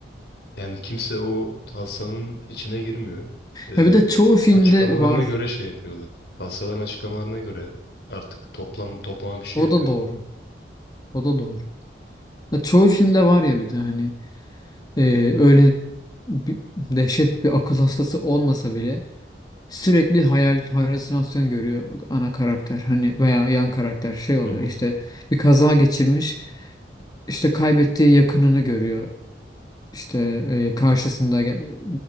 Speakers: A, on the left; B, on the left.
A: Yani kimse o hastanın içine girmiyor. Ee,
B: Ya bir de çoğu filmde
A: açıklamalarına
B: var.
A: göre şey yapıyorlar. Hastaların açıklamalarına göre artık toplam toplama bir şey
B: O
A: yapıyorlar.
B: da doğru. O da doğru. Ya çoğu filmde var ya bir de hani eee, öyle bir- dehşet bir akıl hastası olmasa bile sürekli hayal halüsinasyon görüyor ana karakter hani veya yan karakter şey oluyor
A: Hı hı.
B: işte bir kaza geçirmiş işte kaybettiği yakınını görüyor İşte e, karşısında ge-